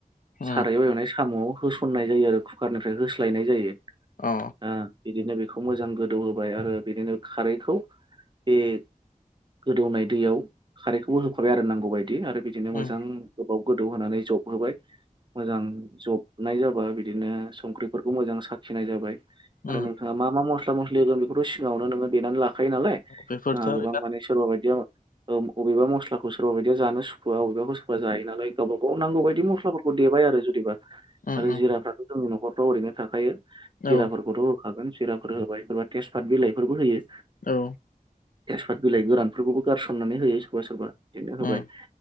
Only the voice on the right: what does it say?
सारायाव एवनाय साम' होसननाय जायो आरो कुकारनिफ्राय होस्लायनाय जायो।
ओ बिदिनो बेखौ मोजां गोदौ होबाय आरो बिदिनो खारैखौ बे गोदौनाय दैयाव खारैखौबो होखाबाय आरो नांगौ बायदि आरो बिदिनो
मोजां गोबाव। गोदौहोनै जबहोबाय मोजां जबनाय जाबा बिदिनो संख्रिफोरखौ मोजां साखिनाय जाबाय। आरो
नोंथाङा मा मा मस्ला मस्लि होगोन बेखौथ' सिगाङावनो नोङो देनानै ला खायो नालाय
जोंहा
गोबां माने सोरबा बायदिया ओ बबेबा मस्लाखौ सोरबाबायदिया जानो सुखुआ अबेबाखौ सोरबा जायोनालाय गावबा गाव नांगौ बायदि मस्लाफोरखौ देबाय आरो जुदिबा आरो
जिराफ्राथ' जोंनि न'खरफ्राव ओरैनो थाखायो जिराफोरखौथ'
होखागोन जिराफोर होबाय सोरबा तेसपात बिलाइफोरबो होयो।
तेसफात बिलाइ गोरानफोरखौबो गारसननानै होयो सोरबा सोरबा बिदिनो होबाय।